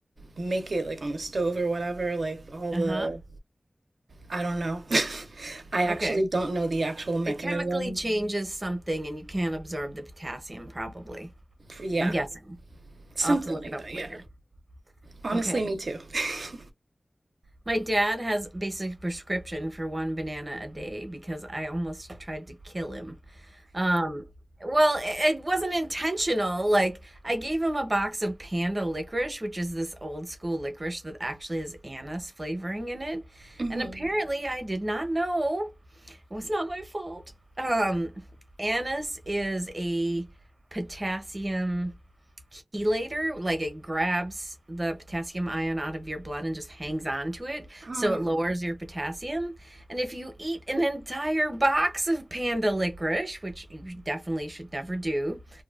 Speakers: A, on the right; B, on the right.
A: make it like on the stove or whatever, like all
B: Uh
A: the
B: huh.
A: I don't know. <laughs> I actually
B: Okay.
A: don't know the actual mechanism.
B: It chemically changes something and you can't absorb the potassium, probably.
A: Yeah.
B: I'm guessing.
A: Something
B: I'll have to look
A: like
B: it up
A: that,
B: later.
A: yeah. Honestly,
B: Okay.
A: me too. <laughs>
B: My dad has basic prescription for one banana a day because I almost tried to kill him. Um, well, it it wasn't intentional. Like, I gave him a box of panda licorice, which is this old school licorice that actually has anise flavoring in it.
A: Mhm.
B: And apparently, I did not know It was not my fault. Um, anise is a potassium chelator. Like it grabs the potassium ion out of your blood and just hangs on to it.
A: Oh,
B: So it lowers your potassium. And if you eat an entire box of panda licorice, which you definitely should never do,